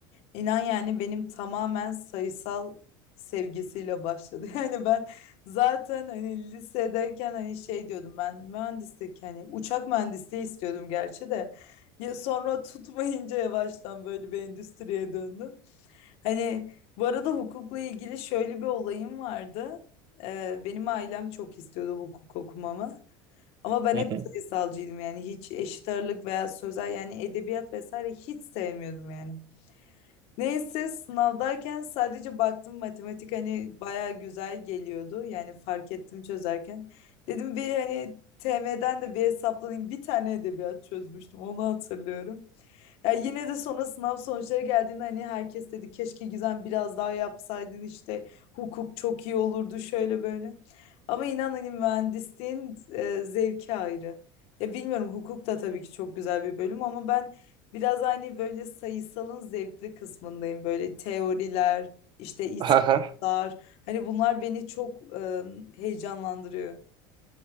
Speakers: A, on the left; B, on the right.
A: İnan yani benim tamamen sayısal sevgisiyle başladı. <laughs> Yani ben zaten hani lisedeyken hani şey diyordum ben mühendislik hani uçak mühendisliği istiyordum gerçi de ya sonra <laughs> tutmayınca yavaştan böyle bir endüstriye döndüm. Hani bu arada hukukla ilgili şöyle bir olayım vardı. Ee, benim ailem çok istiyordu hukuk okumamı. Ama ben
B: Hı
A: hep
B: hı.
A: sayısalcıydım yani hiç eşit ağırlık veya sözel yani edebiyat vesaire hiç sevmiyordum yani. Neyse sınavdayken sadece baktım matematik hani baya güzel geliyordu. Yani fark ettim çözerken. Dedim bir hani TM'den de bir hesaplanayım. Bir tane edebiyat çözmüştüm onu hatırlıyorum. Ya yine de sonra sınav sonuçları geldiğinde hani herkes dedi keşke Gizem biraz daha yapsaydın işte hukuk çok iyi olurdu şöyle böyle. Ama inan hani mühendisliğin e, zevki ayrı. Ya bilmiyorum hukuk da tabii ki çok güzel bir bölüm ama ben biraz hani böyle sayısalın zevkli kısmındayım. Böyle teoriler, işte ispatlar
B: Aha.
A: hani bunlar beni çok e, heyecanlandırıyor.